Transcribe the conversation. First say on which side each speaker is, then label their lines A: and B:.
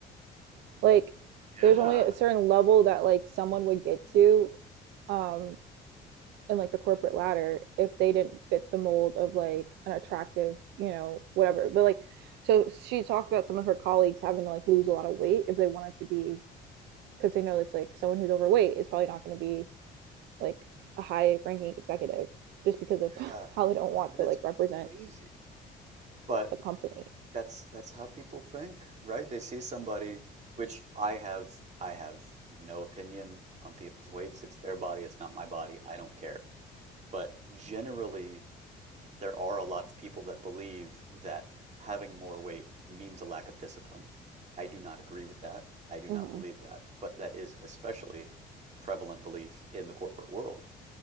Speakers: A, on the right; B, on the right.
A: like
B: Yeah.
A: there's only a certain level that like someone would get to um and like the corporate ladder if they didn't fit the mold of like an attractive, you know, whatever. But like, so she talked about some of her colleagues having to like lose a lot of weight if they wanted to be, because they know it's like someone who's overweight is probably not going to be like a high ranking executive just because of
B: yeah,
A: <laughs> how they don't want
B: and
A: to
B: that's
A: like represent
B: crazy. But
A: the company.
B: that's that's how people think, right? They see somebody, which I have I have no opinion on people's weights. It's their body, it's not my body. I don't care. But generally, there are a lot of people that believe that having more weight means a lack of discipline. I do not agree with that. I do
A: Mm-hmm.
B: not believe that. But that is especially a prevalent belief in the corporate world